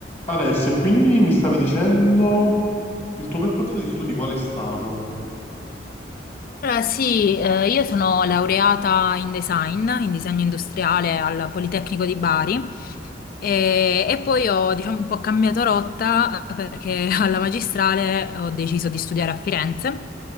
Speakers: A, on the left; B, on the left.
A: Alessia, quindi mi stavi dicendo il tuo percorso di studi qual è stato?
B: Allora, sì, eh, io sono laureata in design, in disegno industriale al Politecnico di Bari e, e poi ho, diciamo, un po' cambiato rotta eh, perché <laughs> alla magistrale ho deciso di studiare a Firenze